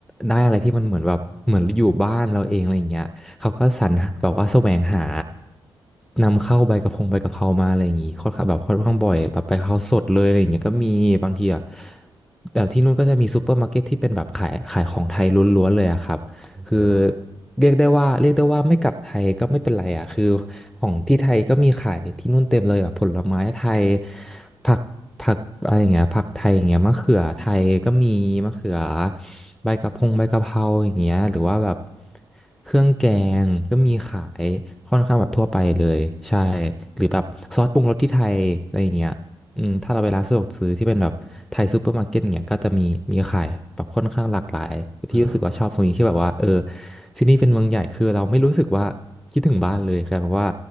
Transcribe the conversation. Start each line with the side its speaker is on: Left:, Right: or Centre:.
Centre: ได้อะไรที่มันเหมือนแบบเหมือนอยู่บ้านเราเองอะไรอย่างเงี้ยเขาก็สรรหาแบบว่าแสวงหานำเข้าใบกระพงใบกะเพรามาอะไรอย่างงี้ค่อนข้างแบบค่อนข้างบ่อยแบบไปเขราสดเลยอะไรอย่างเงี้ยก็มีบางทีอ่ะแต่ที่นู่นก็จะมีซูเปอร์มาร์เก็ตที่เป็นแบบขายขายของไทยล้วนๆเลยอะครับ
Right: มา
Centre: คือเรียกได้ว่าเรียกได้ว่าไม่กลับไทยก็ไม่เป็นไรอ่ะคือของที่ไทยก็มีขายที่นู่นเต็มเลยแบบผลไม้ไทยผักผักอะไรอย่างเงี้ยผักไทยอย่างเงี้ยมะเขือไทยก็มีมะเขือใบกะเพรงใบกะเพราอย่างเงี้ยหรือว่าแบบเครื่องแกงก็มีขายค่อนข้างแบบทั่วไปเลยใช่หรือแบบซอสปรุงรสที่ไทยอะไรอย่างเงี้ย อืมถ้าเราไปร้านสะดวกซื้อที่เป็นแบบไทยซูเปอร์มาร์เก็ตเนี่ยก็จะมีมีขายแบบค่อนข้างหลากหลายพี่รู้สึกว่าชอบตรงนี้ที่แบบว่าเออ
Right: อ่า
Centre: ที่นี่เป็นเมืองใหญ่คือเราไม่รู้สึกว่าคิดถึงบ้านเลยครับเพราะว่า